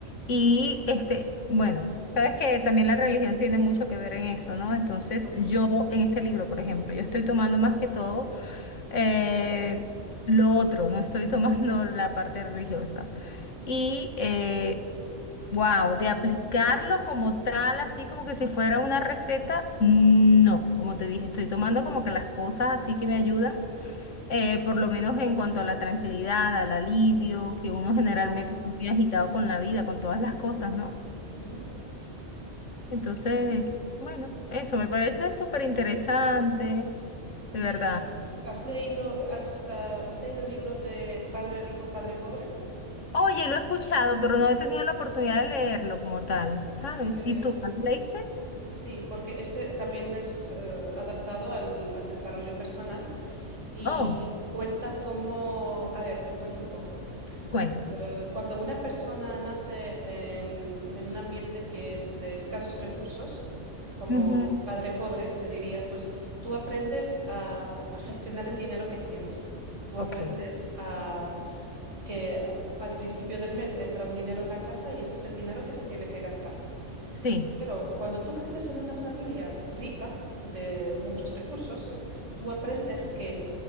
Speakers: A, on the left; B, on the right.
A: y este, bueno, sabes que también la religión tiene mucho que ver en eso, ¿no? Entonces
B: Ajá.
A: yo en este libro, por ejemplo, yo estoy tomando más que todo eh, lo otro, no estoy tomando <laughs> la parte religiosa. Y eh, Wow, de aplicarlo como tal, así como que si fuera una receta, no, como te dije, estoy tomando como que las cosas así que me ayudan, eh, por lo menos en cuanto a la tranquilidad, al alivio, que uno generalmente
B: Claro.
A: está muy agitado con la vida, con todas las cosas, ¿no?
B: Ujú.
A: Entonces, bueno, eso me parece súper interesante, de verdad.
B: ¿Y, y has leído, has, ah, has leído el libro de Padre Rico, Padre Pobre?
A: Oye, lo he escuchado, pero no he tenido la oportunidad de leerlo como tal, ¿sabes?
B: Pues,
A: ¿Y tú, ¿lo leíste?
B: sí, porque ese también es eh, adaptado al, al desarrollo personal y
A: Oh,
B: cuenta cómo, a ver, te cuento un poco.
A: cuéntame.
B: eh, cuando una persona nace en, en un ambiente que es de escasos recursos, como
A: Ujú,
B: padre pobre, se diría, pues tú aprendes a, a gestionar el dinero que tienes. Tú aprendes
A: Ok,
B: a que al principio del mes entra un dinero en la casa y ese es el dinero que se tiene que gastar.
A: sí.
B: Pero cuando tú creces en una familia rica de muchos recursos, tú aprendes que